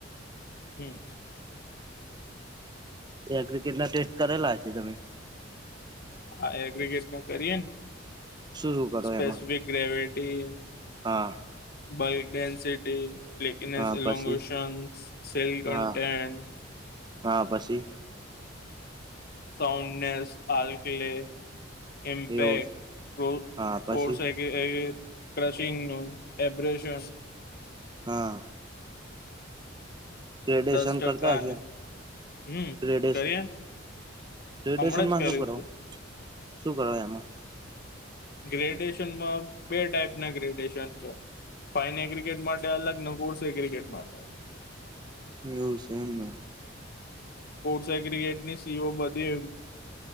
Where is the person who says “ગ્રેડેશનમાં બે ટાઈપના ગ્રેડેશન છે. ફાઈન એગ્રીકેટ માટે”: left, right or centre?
Left